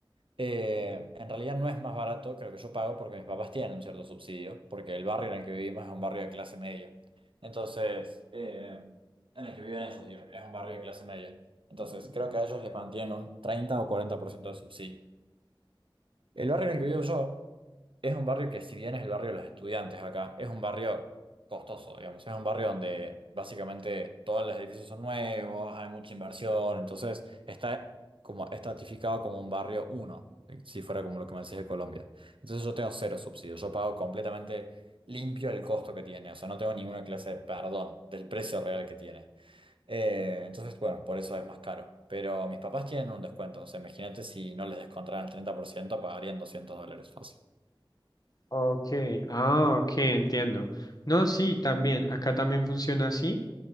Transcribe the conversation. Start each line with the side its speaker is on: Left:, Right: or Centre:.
Right: eh, en realidad no es más barato que lo que yo pago porque mis papás tienen un cierto subsidio, porque el barrio en el que vivimos es un barrio de clase media. Entonces, eh, en el que viven ellos, digo, es un barrio de clase media. Entonces, creo que a ellos les mantienen un 30 o 40% de subsidio. El barrio en el que vivo yo es un barrio que si bien es el barrio de los estudiantes acá, es un barrio costoso, digamos. Es un barrio donde básicamente todos los edificios son nuevos, hay mucha inversión, entonces está como estratificado como un barrio uno, si fuera como lo que me decís de Colombia. Entonces yo tengo cero subsidios, yo pago completamente limpio el costo que tiene, o sea, no tengo ninguna clase de perdón del precio real que tiene. Eh, entonces, bueno, por eso es más caro. Pero mis papás tienen un descuento. O sea, imagínate si no les descontaran el 30% pagarían 200 dólares fácil.
Left: Ok, ah, ok, entiendo. No, sí, también, acá también funciona así.